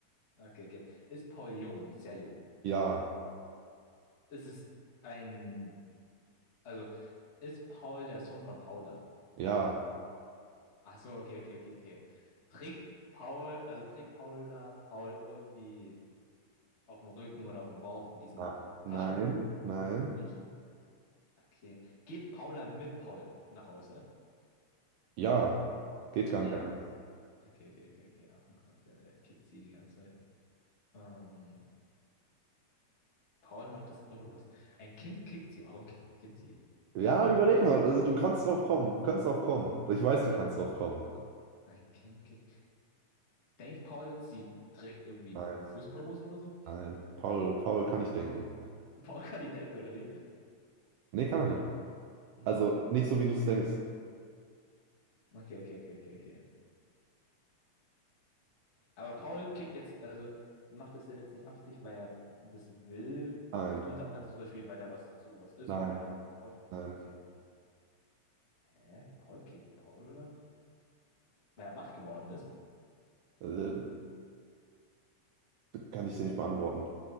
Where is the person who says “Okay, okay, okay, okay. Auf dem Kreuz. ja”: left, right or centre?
Left